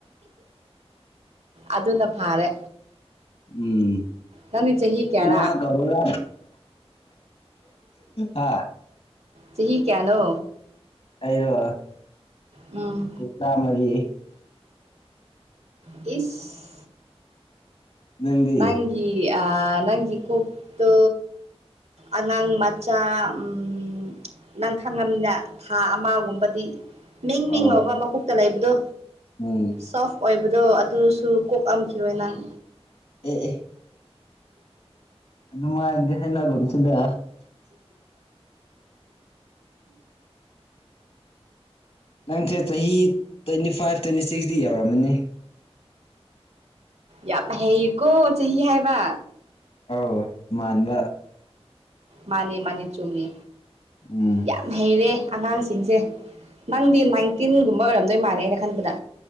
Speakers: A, on the right (about 80°); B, on the left (about 65°).
A: ꯑꯗꯨꯅ ꯐꯥꯔꯦ
B: ꯎꯝ
A: ꯅꯪꯗꯤ ꯆꯍꯤ ꯀꯌꯥꯔꯥ
B: ꯏꯃꯥ ꯀꯧꯔꯣꯔ ꯍꯥꯥ
A: ꯆꯍꯤ ꯀꯌꯥꯅꯣ
B: ꯑꯩꯔꯣ
A: ꯎꯝ
B: ꯀꯨꯟꯊ꯭ꯔꯥ ꯃꯔꯤ
A: ꯏꯁ
B: ꯅꯪꯗꯤ
A: ꯅꯪꯒꯤ ꯑ ꯅꯪꯒꯤ ꯀꯣꯛꯇꯣ ꯑꯉꯥꯡ ꯃꯆꯥ ꯎꯝ ꯅꯪ ꯈꯪꯉꯝꯅꯤꯅ ꯊꯥ ꯑꯃꯒꯨꯝꯕꯗꯤ ꯃꯤꯡ ꯃꯤꯡꯂꯥꯎꯕ
B: ꯑꯣ
A: ꯃꯀꯣꯛꯇ ꯂꯩꯕꯗꯣ
B: ꯎꯝ
A: ꯁꯣꯐ ꯑꯣꯏꯕꯗꯣ ꯑꯗꯨꯁꯨ ꯀꯣꯛꯑꯝꯈꯤꯔꯣꯏ ꯅꯪ
B: ꯑꯦ ꯑꯦ ꯑꯗꯨꯃꯥꯏꯅꯗꯤ ꯍꯥꯏꯅꯒꯨꯝꯁꯤꯗ ꯅꯪꯁꯦ ꯆꯍꯤ ꯇ꯭ꯋꯦꯟꯇꯤ ꯐꯥꯏꯚ ꯇ꯭ꯋꯦꯟꯇꯤ ꯁꯤꯛꯁꯇꯤ ꯌꯧꯔꯝꯃꯅꯤ
A: ꯌꯥꯝ ꯍꯩꯌꯦꯀꯣ ꯆꯍꯤ ꯍꯥꯏꯕ
B: ꯑꯧ ꯃꯥꯟꯕꯥ
A: ꯃꯥꯅꯤ ꯃꯥꯅꯤ ꯆꯨꯝꯃꯤ
B: ꯎꯝ
A: ꯌꯥꯝ ꯍꯩꯔꯦ ꯑꯉꯥꯡꯁꯤꯡꯁꯦ ꯅꯪꯗꯤ ꯅꯥꯏꯟꯇꯤꯟꯒꯨꯝꯕ ꯑꯣꯏꯔꯝꯗꯣꯏ ꯃꯥꯜꯂꯦ ꯑꯩꯅ ꯈꯟꯕꯗ